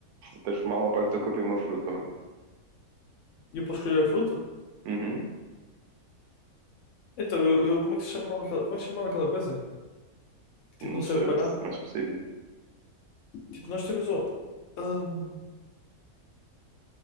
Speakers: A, on the right; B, on the left.
A: Transformar uma parte do teu corpo em uma fruta, mano.
B: E eu posso escolher a fruta?
A: Uhum.
B: Então, eu, eu- como é que se chamava aquela, como é que se chamava aquela coisa? Que tipo,
A: Não
B: não
A: sei,
B: serve para
A: vê se
B: nada.
A: é mais específico.
B: Tipo, nós temos o. ahm,